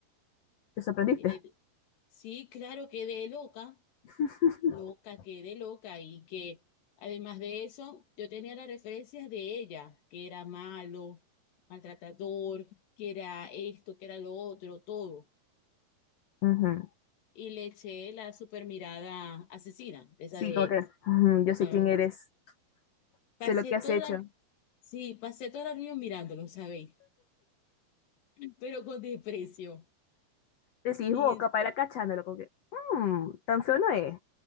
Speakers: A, on the left (about 60°); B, on the left (about 85°).
A: Te sorprendiste.
B: y le di- sí, claro, quedé loca.
A: <laughs>
B: Loca, quedé loca y que además de eso, yo tenía las referencias de ella, que era malo, maltratador, que era esto, que era lo otro, todo.
A: Ujú.
B: Y le eché la super mirada asesina, esa
A: Sí,
B: de...
A: como que ujú, yo sé
B: "Brr".
A: quién eres. Sé
B: Pasé
A: lo que
B: toda,
A: has hecho.
B: sí, pasé toda la reunión mirándolo, ¿sabéis? <laughs> Pero con desprecio.
A: Decís
B: Y
A: vos,
B: es-
A: capaz era cachándolo, como que, mmm, tan feo no es.